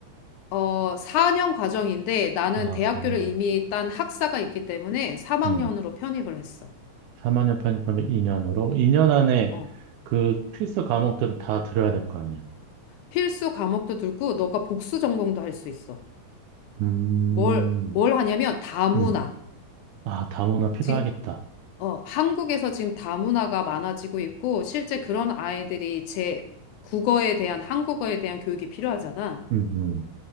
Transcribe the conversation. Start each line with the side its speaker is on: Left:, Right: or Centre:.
Left: 어, 4년 과정인데 나는
Right: 아,
Left: 대학교를
Right: 4년.
Left: 이미 딴 학사가 있기 때문에 3학년으로
Right: 음,
Left: 편입을 했어.
Right: 4학년 편입하면 2년으로? 2년 안에
Left: 어.
Right: 그 필수 과목들을 다 들어야 될 거 아니야?
Left: 필수 과목도 들고 너가 복수 전공도 할 수 있어.
Right: 음,
Left: 뭘, 뭘 하냐면 다문화.
Right: 음. 아, 다문화 필요하겠다.
Left: 지금 어, 한국에서 지금 다문화가 많아지고 있고 실제 그런 아이들이 제 국어에 대한 한국어에 대한 교육이 필요하잖아.
Right: 음, 음,